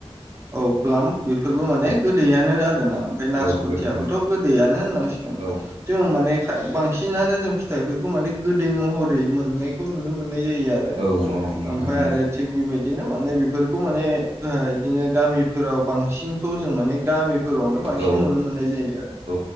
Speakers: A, on the right (about 25°); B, on the right (about 65°).
A: औ प्लाम बेफोरबो माने
B: औ
A: गोदैयानो आरोना ओमफ्राय नासपथियाबोथ'
B: औ गोदैयानो
A: गोदैयानो होननांसिगोन
B: औ
A: जों माने बांसिनानो जों फिथाइफोरखौ माने गोदै महरै मोननायखौ नुनो मोनो। नाय जायो आरो
B: औ औ नोंथां
A: मफ्राय
B: नंगौ
A: आरो थि बेबायदि बिदिनो माने बेफोरखौ माने ओ बिदिनो गामिफोराव बांसिनखौ जों माने गामि फोरावनो बांसिन
B: औ
A: नुनो मोननाय जायो आरो
B: औ